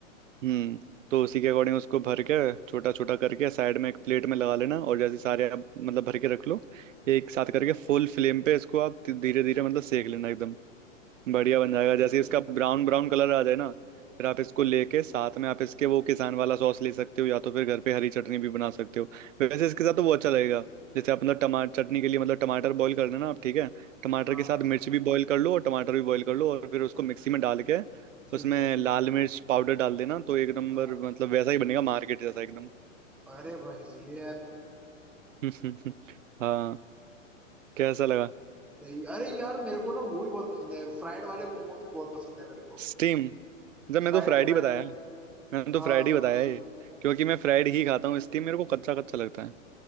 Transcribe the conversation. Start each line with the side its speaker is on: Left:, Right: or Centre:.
Right: हम्म तो उसी के अकॉर्डिंग उसको भर के छोटा छोटा करके साइड में एक प्लेट में लगा लेना और जैसे सारे आप मतलब भर के रख लो एक साथ करके फुल फ्लेम पे इसको आप धीरे धीरे मतलब सेक लेना एकदम बढ़िया बन जाएगा जैसे इसका ब्राउन ब्राउन कलर आ जाए ना फिर आप इसको लेके साथ में आप इसके वो किसान वाला सॉस ले सकते हो या तो फिर घर पे हरी चटनी भी बना सकते हो वैसे इसके साथ तो वो अच्छा लगेगा जैसे आप मतलब टमाटर चटनी के लिए मतलब टमाटर बॉईल करना ना आप ठीक है टमाटर
Centre: हाँ
Right: के साथ
Centre: हाँ
Right: मिर्च भी बॉईल कर लो और टमाटर भी बॉईल कर लो और फिर उसको
Centre: अब
Right: मिक्सी में डाल के
Centre: ठीक
Right: उसमें
Centre: है
Right: लाल मिर्च पाउडर डाल देना तो एक नंबर
Centre: हाँ
Right: मतलब वैसा ही बनेगा मार्केट जैसा एकदम
Centre: अरे भाई सही है यार
Right: <laughs> हाँ कैसा लगा
Centre: सही अरे यार मेरे को ना वो भी बहुत पसंद है फ्राइड वाले मोमोज भी बहुत पसंद है मेरे को
Right: स्टीम जब मैं
Centre: Fried
Right: तो फ्राइड
Centre: fried
Right: ही बताया मैंने तो
Centre: हाँ
Right: फ्राइड ही
Centre: वही
Right: बताया ये क्योंकि मैं फ्राइड ही खाता हूँ इसलिए मेरे को कच्चा कच्चा लगता है